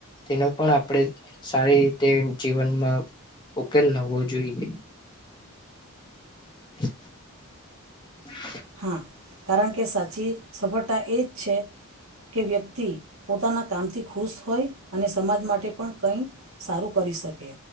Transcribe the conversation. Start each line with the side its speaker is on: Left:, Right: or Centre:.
Left: તેનો પણ આપણે સારી રીતે જીવનમાં ઉકેલ લાવવો જોઈએ. <inaudible>
Right: હા કારણ કે સાચી સફળતા એ જ છે, કે વ્યક્તિ પોતાના કામથી ખુશ હોય અને સમાજ માટે પણ કંઈ સારું કરી શકે.